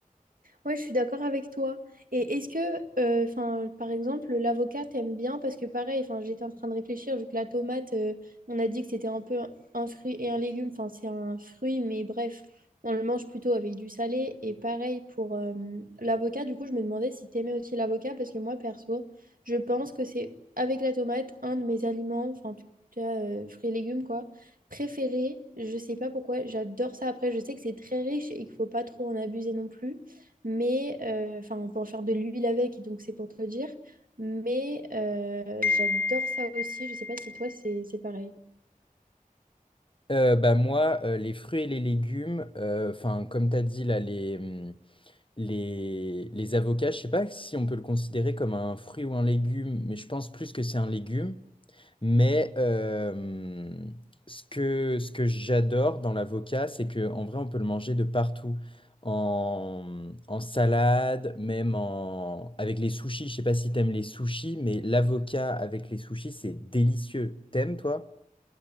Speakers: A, on the right; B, on the left.
A: Ouais, je suis d'accord avec toi. Et est-ce que, euh, enfin, par exemple, l'avocat t'aime bien parce que pareil, enfin, j'étais en train de réfléchir vu que la tomate, euh, on a dit que c'était un peu un, un fruit et un légume. Enfin, c'est un fruit, mais bref, on le mange plutôt avec du salé. Et pareil pour euh, l'avocat. Du coup, je me demandais si t'aimais aussi l'avocat parce que moi, perso, je pense que c'est avec la tomate un de mes aliments, enfin, en tout cas, euh, fruits et légumes quoi, préférés. Je sais pas pourquoi, j'adore ça. Après, je sais que c'est très riche et qu'il faut pas trop en abuser non plus. Mais, euh, enfin, on peut en faire de l'huile avec, donc c'est pour te dire. Mais euh, j'adore ça aussi. Je sais pas si toi, c'est c'est pareil.
B: Euh, bah moi, euh, les fruits et les légumes, euh, enfin comme tu as dit là, les, hum, les, les avocats, je sais pas si on peut le considérer comme un fruit ou un légume, mais je pense plus que c'est un légume. Mais euh, ce que, ce que j'adore dans l'avocat, c'est que en vrai, on peut le manger de partout. En, en salade, même en, avec les sushis. Je sais pas si t'aimes les sushis, mais l'avocat avec les sushis, c'est délicieux. T'aimes, toi?